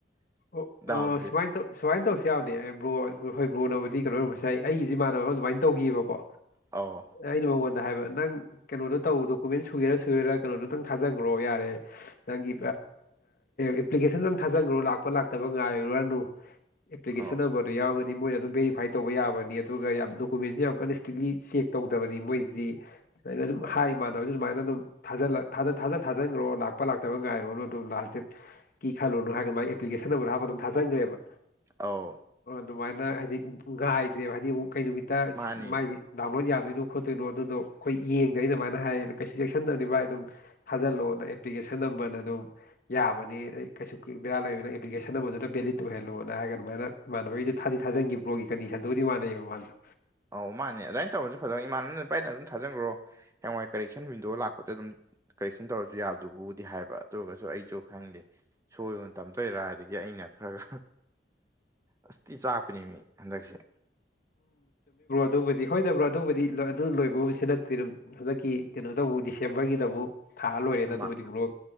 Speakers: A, on the left (about 50°); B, on the right (about 15°).
A: ꯑꯣ ꯑꯣ
B: ꯗꯥꯎꯁꯦ
A: ꯁꯨꯃꯥꯏ ꯇ ꯁꯨꯃꯥꯏ ꯇꯧꯁꯤ ꯌꯥꯎꯕꯅꯦ ꯕ꯭ꯔꯣ ꯍꯣꯏ ꯕ꯭ꯔꯣꯅꯕꯨꯗꯤ ꯀꯩꯅꯣ ꯑꯣꯏꯔꯝꯕꯁꯨꯥꯏ ꯑꯩꯒꯤꯁꯤ ꯃꯃꯥꯟꯅꯕ ꯑꯃ ꯑꯗꯨꯃꯥꯏꯅ ꯇꯧꯈꯤꯕꯑꯕꯀꯣ
B: ꯑꯧ
A: ꯑꯩꯅ ꯃꯉꯣꯟꯗ ꯑꯗ ꯍꯥꯏꯕ ꯅꯪ ꯀꯩꯅꯣꯗꯣ ꯇꯧ ꯗꯣꯀꯨꯃꯦꯟ ꯁꯨꯒꯦꯔꯥ ꯁꯨꯨꯔꯦꯔꯥ ꯀꯩꯅꯣꯗꯣ ꯅꯪ ꯊꯥꯖꯟꯈ꯭ꯔꯣ ꯌꯥꯔꯦ ꯅꯪꯒꯤ ꯑꯦꯄ꯭ꯂꯤꯀꯦꯁꯟ ꯊꯥꯖꯤꯟꯈ꯭ꯔꯣ ꯂꯥꯛꯄ ꯂꯥꯛꯇꯕ ꯉꯥꯏꯔꯨꯔꯅ ꯑꯦꯄꯂꯤꯀꯦꯁꯟ
B: ꯑꯧ
A: ꯅꯝꯕ꯭ꯔ ꯌꯥꯎꯔꯒ ꯃꯣꯏꯅ ꯑꯗꯨꯝ ꯕꯦꯔꯤꯐꯥꯏ ꯇꯧꯕ ꯌꯥꯕꯅꯤ ꯑꯗꯨꯒ ꯌꯥꯝ ꯗꯣꯀꯨꯃꯦꯟꯁꯁꯨ ꯌꯥꯝ ꯀꯟꯅ ꯏꯁꯇ꯭ꯔꯤꯛꯂꯤ ꯆꯦꯛ ꯇꯧꯗꯕꯅꯤ ꯃꯣꯏꯗꯤ ꯑꯩꯅ ꯑꯗꯨꯝ
B: ꯑꯧ
A: ꯍꯥꯏ ꯏꯃꯥꯟꯅꯕꯁꯨ ꯑꯗꯨꯃꯥꯏꯅ ꯑꯗꯨꯝ ꯊꯥꯖꯜꯂ ꯊꯥ ꯊꯥꯖꯟ ꯊꯥꯖꯤꯟꯈ꯭ꯔꯣ ꯂꯥꯛꯄ ꯂꯥꯛꯇꯕ ꯉꯥꯏꯔꯨꯔꯣꯅꯣ ꯑꯗꯨꯝ ꯂꯥꯁ ꯗꯦꯠ ꯀꯤ ꯈꯜꯂꯨꯅꯨ ꯍꯥꯏꯒ ꯃꯥꯒꯤ ꯑꯦꯄꯂꯤꯀꯦꯁꯟ ꯅꯝꯕꯔ ꯍꯥꯞꯄ ꯑꯗꯨꯝ ꯊꯥꯖꯟꯒ꯭ꯔꯦꯕ
B: ꯑꯧ
A: ꯑꯗꯨꯃꯥꯏꯅ ꯍꯥꯏꯗꯤ ꯉꯥꯏꯗ꯭ꯔꯦꯕ ꯍꯥꯏꯗꯤ ꯑꯃꯨꯛ ꯀꯩ ꯅꯨꯃꯤꯠꯇ
B: ꯃꯥꯅꯤ
A: ꯃꯥꯒꯤ ꯗꯥꯎꯟꯂꯣꯗ ꯌꯥ ꯗꯣꯏꯅꯣ ꯈꯣꯠꯇꯣꯏꯅꯣ ꯑꯗꯨꯗꯣ ꯑꯩꯈꯣꯏ ꯌꯦꯡꯗ꯭ꯔꯦ ꯑꯗꯨꯃꯥꯏꯅ ꯍꯥꯏꯌꯦꯅ ꯀꯩꯁꯨ ꯆꯦꯛꯁꯟꯗꯕꯅꯤ ꯚꯥꯏ ꯑꯗꯨꯝ ꯊꯥꯖꯤꯜꯂꯣꯅ ꯑꯦꯄ꯭ꯂꯤꯀꯦ ꯁꯟ ꯅꯝꯕꯔꯅ ꯑꯗꯨꯝ ꯌꯥꯕꯅꯤ ꯀꯩꯁꯨ ꯕꯦꯔꯥ ꯂꯩꯔꯣꯢ ꯑꯗꯨ ꯑꯦꯄ꯭ꯂꯤꯀꯦꯁꯟ ꯑꯃꯗꯨꯗ ꯚꯦꯂꯤꯠ ꯑꯣꯏꯍꯜꯂꯣꯅ ꯍꯥꯏꯔ ꯑꯗꯨꯃꯥꯏꯅ ꯏꯃꯥꯟꯅꯕꯩꯗꯤ ꯊꯥꯗꯤ ꯊꯥꯟꯒꯤ ꯕ꯭ꯔꯣꯒꯤ ꯀꯟꯗꯤꯁꯟꯗꯨꯒꯗꯤ ꯃꯥꯟꯅꯩꯕ ꯃꯥꯖꯨ
B: ꯑꯧ ꯃꯥꯟꯅꯦ ꯑꯗꯨꯃꯥꯏꯅ ꯇꯧꯔꯁꯨ ꯐꯗꯧ ꯏꯃꯥꯟꯅꯕꯅ ꯚꯥꯏ ꯑꯗꯨꯝ ꯊꯥꯖꯟꯈ꯭ꯔꯣ ꯍꯌꯦꯡꯋꯥꯏ ꯀꯔꯦꯛꯁꯟ ꯋꯤꯟꯗꯣ ꯂꯥꯛꯄꯗ ꯑꯗꯨꯝ ꯀꯔꯦꯛꯁꯟ ꯇꯧꯔꯁꯨ ꯌꯥꯕꯗꯨꯕꯨꯗꯤ ꯍꯥꯏꯕ ꯑꯗꯨꯔꯒꯁꯨ ꯑꯩꯁꯨ ꯈꯪꯗꯦ ꯁꯣꯏꯌꯣꯅ ꯇꯝ ꯇꯧꯏꯔꯥ ꯑꯗꯒꯤ ꯑꯩꯅ ꯈꯔ ꯑꯁ ꯊꯤ ꯆꯥꯛꯄꯤꯅꯦꯃꯤ ꯍꯟꯗꯛꯁꯦ
A: ꯑꯗꯨꯝꯕꯨꯗꯤ ꯍꯣꯏꯗ ꯕ꯭ꯔꯣ ꯑꯗꯨꯝꯕꯨꯗꯤ ꯑꯗꯨ ꯂꯣꯏꯕꯕꯨꯁꯨ ꯅꯠꯇ꯭ꯔꯤꯗ ꯑꯗꯨꯝ ꯍꯟꯗꯛꯀꯤ ꯀꯩꯅꯣꯗꯃꯨꯛ ꯗꯤꯁꯦꯝꯕꯔꯒꯤꯗ ꯑꯃꯨꯛ ꯊꯥ ꯂꯣꯏꯔꯦꯗ ꯑꯗꯨꯕꯨꯗꯤ
B: ꯃꯥ
A: ꯕ꯭ꯔꯣ